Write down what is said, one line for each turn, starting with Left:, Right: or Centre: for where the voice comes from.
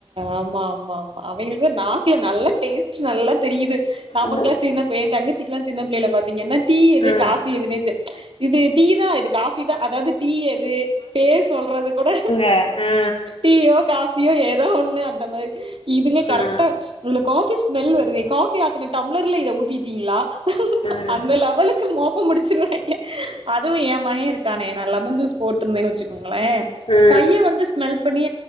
Right: ஆமா ஆமா ஆமா அவெங்களுக்கு நாக்குல நல்ல டேஸ்ட்டு நல்லா தெரியுது நமக்காச்சி
Left: அது
Right: இன்ன ஏ தங்கச்சிகுல சின்ன பிள்ளைல பாத்தீங்கனா டீ எது
Left: ஆ
Right: காபி எதுனே இது டீதா இது காபி தா அதாவது டீ எது பேர் சொல்றதுகூட
Left: ஆ ஆ
Right: டீயோ காஃபியோ ஏதோ ஒன்னு அந்த மாரி இதுங்க கரெக்டா
Left: ஆ ஆ
Right: இதுல காபி ஸ்மெல் வருதே காபி ஆத்துன டம்ளர்ல இத ஊத்திட்டீங்ளா
Left: ஆ
Right: அந்த லெவலுக்கு மோபோ புடிச்சிருவாங்க அதுவு ஏ மக இருக்கானே நா லெமன் ஜூஸ் போட்ருந்த வச்சுக்கோங்களே
Left: ஆ
Right: கைய வந்து ஸ்மெல் பண்ணி